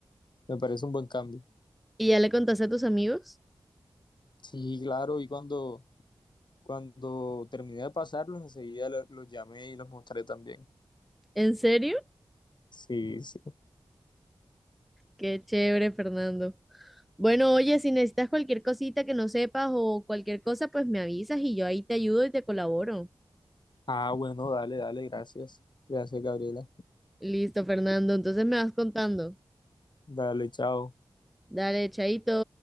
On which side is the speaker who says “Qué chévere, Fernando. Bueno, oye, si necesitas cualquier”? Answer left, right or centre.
Centre